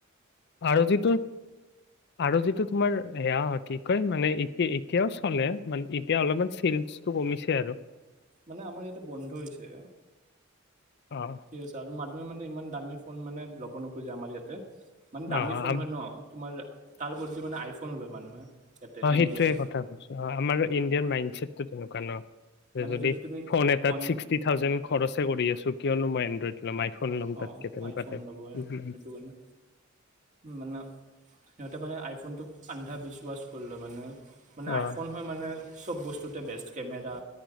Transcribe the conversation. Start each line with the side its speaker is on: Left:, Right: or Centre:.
Left: আৰু যিটো আৰু যিটো তোমাৰ সেয়া কি কয় মানে এতিয়া ও চলে মানে এতিয়া অলপমান চলচটো কমিছে আৰু।
Right: মানে আমাৰ ইয়াতে বন্ধ হৈছে।
Left: অহ'
Right: ঠিক আছে, আৰু মানুহে মানে ইমান দামী ফোন মানে ল'ব নোখোজে আমাৰ ইয়াতে। মানে দামী
Left: অ
Right: ফোন
Left: আম
Right: হয় ন? তোমাৰ তাৰ বদলি মানে আইফোন লয় মানুহে। ইয়াতে
Left: অ',
Right: ইণ্ডিয়াত।
Left: সেইটোৱে কথা কৈছো অ' আমাৰ ইণ্ডিয়াৰ মাইণ্ডছেটটো তেনেকুৱা ন।
Right: মানে
Left: যদি
Right: তুমি
Left: ফোন এটাত
Right: পন
Left: ছিক্সটি থাউজেড খৰচে কৰি আছো কিয়নো মই এনড্ৰইড ল'ম আইফোন ল'ম
Right: অ
Left: তাতকে তেনেকুৱা
Right: আইফোন
Left: টাইপ।
Right: ল'ব সেইটো কাৰণে মানে সিহঁতে মানে আইফোনটোক আন্ধা বিশাস কৰিল মানে। মানে
Left: অ
Right: আইফোন হয় মানে! চব বস্তুতে বেষ্ট কেমেৰা